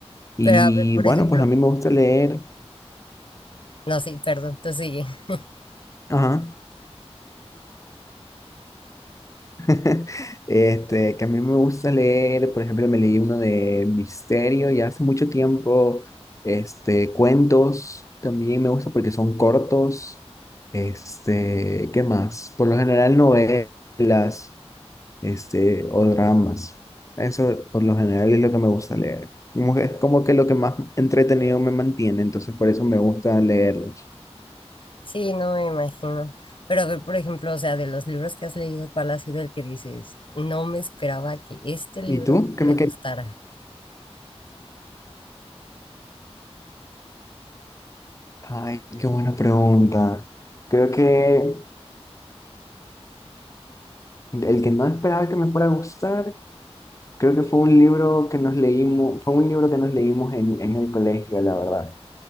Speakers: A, on the left (about 30°); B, on the left (about 50°).
A: Y
B: Pero a ver, por
A: bueno,
B: ejemplo,
A: pues a mí me gusta leer
B: no, sí, perdón, tú sigue. <laughs>
A: Ajá. <laughs> Este, que a mí me gusta leer, por ejemplo, me leí uno de misterio y hace mucho tiempo, este, cuentos también me gusta porque son cortos. Este, ¿qué más? Por lo general novelas, este, o dramas. Eso por lo general es lo que me gusta leer. Como que- Es como que lo que más entretenido me mantiene, entonces por eso me gusta leerlos.
B: Sí, no me imagino. Pero a ver, por ejemplo, o sea, de los libros que has leído, ¿cuál ha sido el que dices, no me esperaba que este libro
A: ¿Y tú? ¿Qué
B: me
A: me querías
B: gustara?
A: Ay, qué buena pregunta. Creo que el que no esperaba que me fuera a gustar, creo que fue un libro que nos leímos, fue un libro que nos leímos en, en el colegio, la verdad.